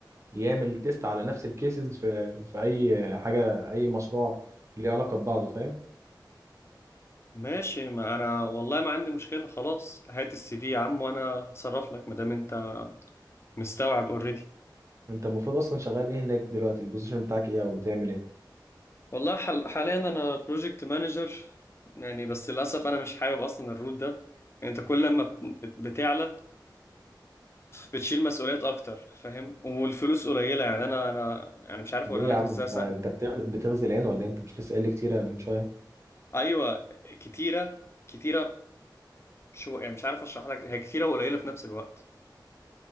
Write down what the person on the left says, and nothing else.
ماشي ما انا والله ما عندي مشكله خلاص هات السي في يا عم وانا اتصرف لك ما دام انت مستوعب اوريدي
والله حل... حاليا انا بروجكت مانجر يعني بس للاسف انا مش حابب اصلا الرول ده انت كل لما بت- بتعلى بتشيل مسؤوليات اكتر فاهم والفلوس قليله يعني انا انا يعني مش عارف
اقولها لك
ازاي
ايوه كتيره كتيره شو يعني مش عارف اشرح لك هي كتيره وقليله في نفس الوقت